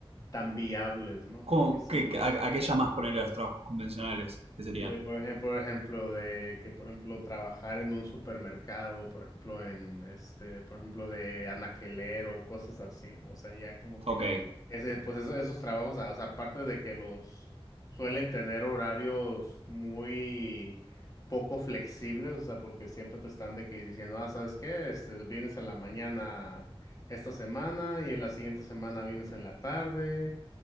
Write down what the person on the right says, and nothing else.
¿Cómo,
qué, a, a qué llamas ponerle los trabajos convencionales? ¿Qué serían?
Ok.